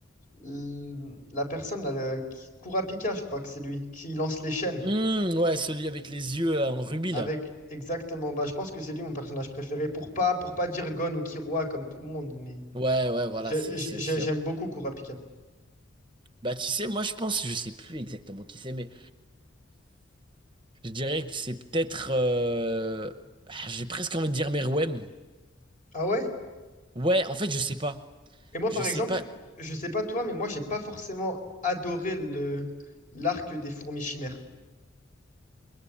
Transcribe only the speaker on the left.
l- la personne là, le- qui- Kurapika, je crois que c'est lui, qui lance les chaînes.
Avec
exactement, bah, je pense que c'est lui mon personnage préféré pour pas pour pas dire Gon ou Killua comme tout le monde, mais
j'ai-
j'ai-
j'aime
beaucoup Kurapika.
Ah ouais?
Et moi
par
exemple,
je sais pas toi, mais moi j'ai pas forcément adoré le l'arc des fourmis chimères.